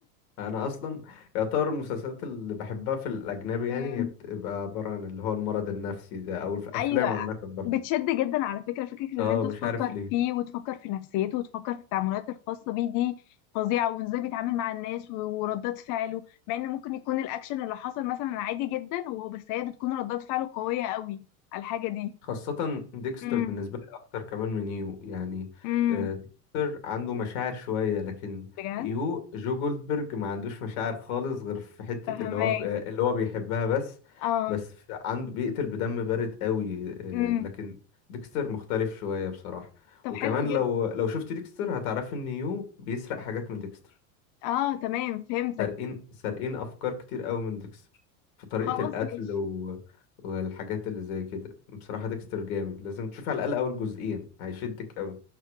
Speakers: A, on the left; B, on the left.
A: اصلا يعتبر المسلسلات اللي بحبها في الاجنبي يعني
B: مم.
A: هي بتبقى عبارة عن اللي هو المرض النفسي ده او في افلام
B: ايوه
A: عامة برضه
B: بتشد جدا على فكره فكره
A: اه
B: ان انت تفكر
A: مش عارف ليه
B: فيه وتفكر في نفسيته وتفكر في التعاملات الخاصه بيه دي فظيعه وازاي بيتعامل مع الناس و- وردات فعله مع ان ممكن يكون الاكشن اللي حصل مثلا عادي جدا وهو بس هي بتكون ردات فعله قويه قوي على الحاجه دي
A: خاصة ديكستر
B: امم
A: بالنسبة لي أكتر كمان من يو يعني
B: امم
A: آه، ديكستر عنده مشاعر شوية لكن
B: بجد
A: يو جو جولدبرج ما عندوش مشاعر خالص غير في حتة
B: فهماك
A: اللي هو ب- آه، اللي هو بيحبها بس
B: اه
A: بس في- عنده بيقتل بدم بارد قوي آه،
B: امم
A: لكن ديكستر مختلف شوية بصراحة
B: طب
A: وكمان
B: حلو جدا
A: لو لو شفت ديكستر هتعرفي إن يو بيسرق حاجات من ديكستر
B: اه تمام فهمتك
A: سارقين سارقين افكار كتير قوي من ديكستر في طريقة
B: خلاص
A: القتل
B: ماشي
A: و... والحاجات اللي زي كده بصراحة ديكستر جامد لازم تشوف على الاقل اول جزئين هيشدك قوي